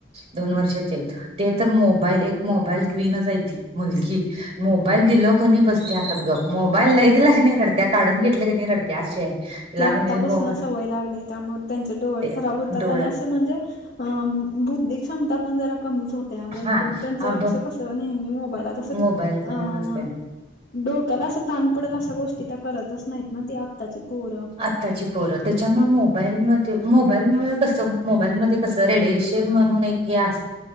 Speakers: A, on the right; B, on the left.
A: दोन वर्षाचे आहेत ते तर मोबाईल एक मोबाईल क्वीनच हाय ती मुलगी ह मोबाईल दिलो कोणी बसते आताच ग मोबाईल नाही दिला की नाही रडत्या काढून घेतल्या कनी रडत्या अशी आहे तिला
B: ते आतापासन
A: कणी मो
B: सवय लागले त्यामुळे त्यांचे डोळे
A: ते
B: खराब होतात
A: डोळ्या
B: आणि आस त म्हणजे अ बुद्धी क्षमता पन जरा कमीच होत जेणेकरून
A: हा
B: त्यांचं
A: अ
B: लक्ष्य कस नेहमी मोबाईलत असं
A: मोबाईलकडे
B: अ
A: असते
B: डोक्याला असं ताण पडल अशा गोष्टी त्या करतच नाहीत ना ती आत्ताची पोर
A: आत्ताची पोरं त्याच्यामुळे मोबाईलमध्ये मोबाईलमुळे कसं मोबाईलमध्ये कसं रेडिएशन म्हणून एक हे आस